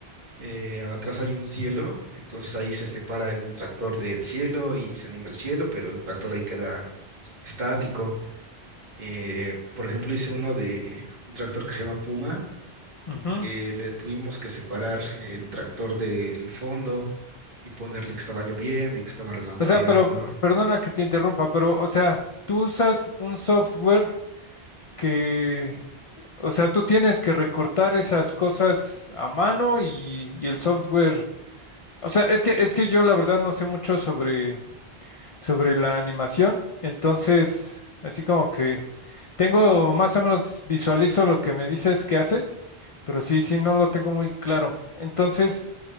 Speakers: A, on the right; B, on the left.
A: eh, atrás hay un cielo, entonces ahí se separa el tractor del cielo y se anima el cielo, pero el tractor ahí queda estático. Eh, por ejemplo, hice uno de un tractor que se llama Puma,
B: ujú.
A: que le tuvimos que separar el tractor del fondo y ponerle que estaba lloviendo y que estaba relampagueando.
B: O sea, pero perdona que te interrumpa, pero o sea, tú usas un software que, o sea, tú tienes que recortar esas cosas a mano y, y el software, o sea, es que es que yo la verdad no sé mucho sobre sobre la animación. Entonces, así como que tengo más o menos visualizo lo que me dices que haces, pero sí, sí, no lo tengo muy claro. Entonces,